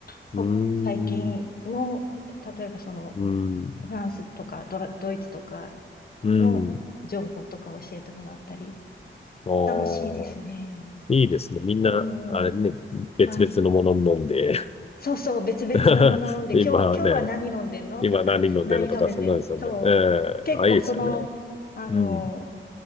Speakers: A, on the left (about 45°); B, on the left (about 30°).
A: そ、
B: うー
A: 最近の、
B: ん、
A: 例えばその、
B: うん、
A: フランスとかドラ、ドイツとか
B: うん。
A: の情報とか教えてもらったり、
B: ああ、
A: 楽しいですね。
B: いいですね。みんな、
A: うんうん。
B: あれね、別々のもの飲んで
A: はい。そうそう、別々なもの飲んで、
B: <laughs> 今ね、
A: 今日、今日は何飲んでんのとか、
B: 今何飲んでるのとか、
A: 何食べてそう。
B: そんなんですよね。え
A: 結構その、
B: えあ、いいですよね。
A: あの
B: うん。